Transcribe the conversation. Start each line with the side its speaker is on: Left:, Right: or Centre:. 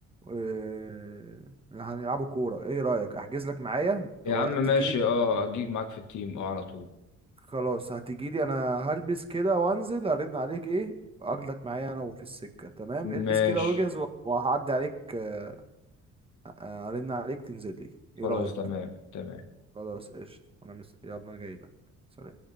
Right: آه، هنلعبوا كورة ايه رأيك احجز لك معايا
Left: يا
Right: ولا
Left: عم ماشي
Right: تيجي
Left: اه اجيك معاك في التيم اه على طول
Right: خلاص هتجيلي انا هلبس كده وانزل هرن عليك ايه اخدك معايا انا وفي السكة تمام البس
Left: ماشي
Right: كده واجهز و- تمام وهعدي عليك آه، آه، هرن عليك تنزل لي
Left: خلاص
Right: ايه رأيك
Left: تمام تمام
Right: خلاص تمام قشطة انا مس... يلا انا جاي لك سلام